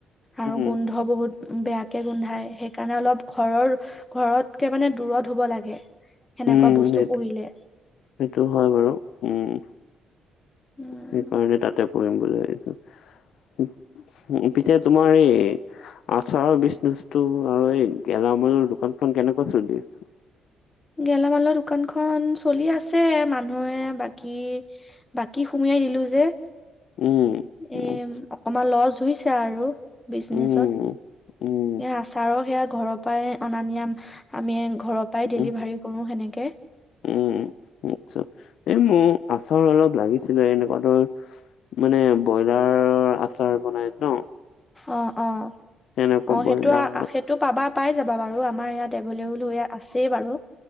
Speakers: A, on the left (about 15°); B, on the left (about 70°).
A: আৰু
B: উম
A: গোন্ধ বহুত বেয়াকে গোন্ধাই সেইকাৰণে অলপ ঘৰৰ ঘৰতকে মানে দূৰত হব লাগে। সেনেকুৱা
B: উম
A: বস্তু
B: সেইটো
A: পুহিলে।
B: সেইটো হয় বাৰু উম।
A: উম
B: সেইকাৰণে তাতে পুহিম বুলি ভাবিছো। পিছে তোমাৰ এই আচাৰৰ বিজনেচটো আৰু এই গেলামালৰ দোকানখন কেনেকুৱা চলি আছে?
A: গেলামালৰ দোকানখন চলি আছে মানুহে বাকী বাকী সুমিয়াই দিলো যে।
B: উম'
A: এ
B: উম
A: অকমান লছ হৈছে আৰু বিজনেচত।
B: উম উম
A: এই আচাৰৰ সেয়া ঘৰৰ পৰাই অনা নিয়া আমি ঘৰৰ পৰাই ডেলিভাৰী
B: উম
A: কৰো সেনেকে।
B: উম' আৎচ্ছা, এই মোৰ আচাৰ অলপ লাগিছিলে এনেকুৱা ধৰ- মানে ব্ৰইলাৰ আচাৰ বনাই ন।
A: অঁ অঁ,
B: তেনেকুৱা
A: অঁ
B: ব্ৰইলাৰ
A: সেইটো আ আ সেইট- তো পাবা পাই যাবা বাৰু আমাৰ ইয়াত এভোল এভোল হৈ আছেই বাৰু